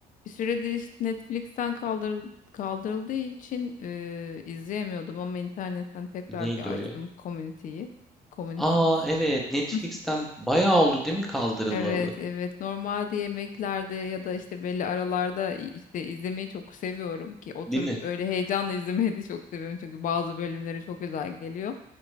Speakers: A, on the left (about 50°); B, in the centre.
A: Bir süredir işte Netflix'ten kaldır, kaldırıldığı için e, izleyemiyordum ama internetten tekrar
B: Neydi
A: bir
B: o
A: açtım
B: ya?
A: Community'yi. Community
B: Aa
A: dizisini.
B: evet Netflix'ten
A: <laughs>
B: bayağı oldu değil mi kaldırılalı?
A: Evet, evet. Normalde yemeklerde ya da işte belli aralarda i- işte izlemeyi çok seviyorum ki oturup
B: Değil mi?
A: öyle heyecanla izlemeyi de çok seviyorum çünkü bazı bölümleri çok güzel geliyor.